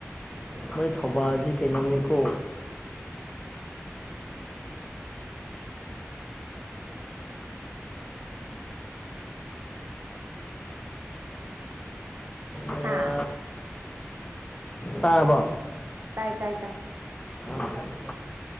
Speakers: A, on the left; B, on the right.
A: ꯃꯣꯏ ꯊꯧꯕꯥꯜꯗꯤ ꯀꯩꯅꯣꯝꯅꯤꯀꯣ ꯑꯌꯥ
B: ꯍꯥꯥ
A: ꯇꯥꯔꯕꯣ
B: ꯇꯥꯏ ꯇꯥꯏ ꯇꯥꯏ
A: ꯑꯥ